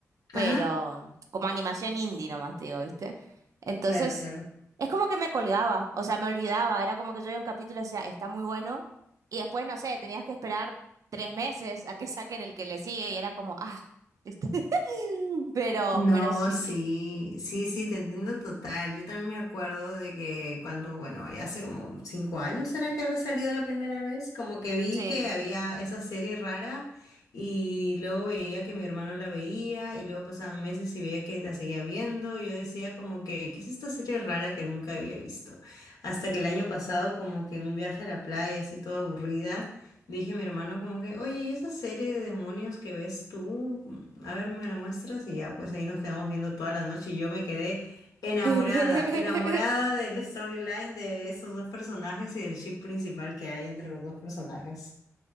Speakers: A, on the right; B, on the left.
A: Pero
B: Ajá,
A: mm, como animación indie nomás te digo, ¿viste? Entonces,
B: claro, claro.
A: es como que me colgaba, o sea, me olvidaba, era como que yo veía un capítulo y decía, está muy bueno, y después, no sé, tenías que esperar tres meses a que saquen el que le sigue y era como, ah, <laughs> ¿viste? Pero,
B: No,
A: pero sí,
B: sí, sí, sí, te entiendo total. Yo también me acuerdo de que cuando, bueno, ya hace como cinco años, ¿será que habrá salido la primera vez? Como que vi
A: sí.
B: que había esa serie rara y luego veía que mi hermano la veía y luego pasaban meses y veía que la seguía viendo y yo decía como que, ¿qué es esta serie rara que nunca había visto? Hasta que el año pasado, como que en un viaje a la playa, así toda aburrida. Dije a mi hermano como que, oye, ¿y esa serie de demonios que ves tú? A ver, me la muestras y ya, pues ahí nos quedamos viendo toda la noche y yo me quedé enamorada,
A: <laughs>
B: enamorada del storyline de esos dos personajes y del ship principal que hay entre los dos personajes.